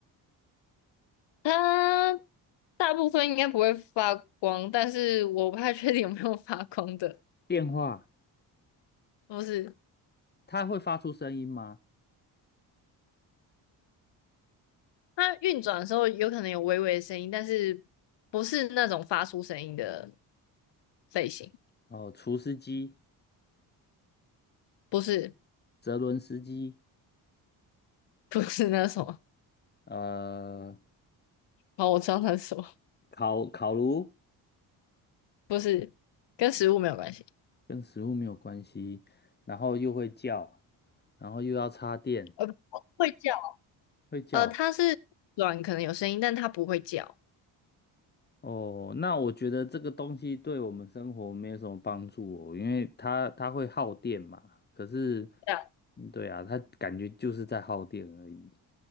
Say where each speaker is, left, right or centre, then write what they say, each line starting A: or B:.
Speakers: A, on the left (about 55°); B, on the left (about 20°).
A: 它大部分应该不会发光，但是我不太确定有没有发光的，
B: 电话，
A: 不是
B: 它会发出声音吗？
A: 它运转的时候有可能有微微的声音，但是不是那种发出声音的类型，
B: 哦、除湿机、
A: 不是
B: 泽伦斯基，
A: 不是那什么，
B: 呃，
A: 哦，我知道那是什么，
B: 烤烤炉
A: 不是跟食物没有关系，
B: 跟食物没有关系，然后又会叫，然后又要插电，
A: 呃，不会叫，
B: 会叫
A: 呃，它是软可能有声音，但它不会叫，
B: 哦，那我觉得这个东西对我们生活没有什么帮助哦，因为它它会耗电嘛。可是，
A: 对啊，
B: 嗯对啊，它感觉就是在耗电而已，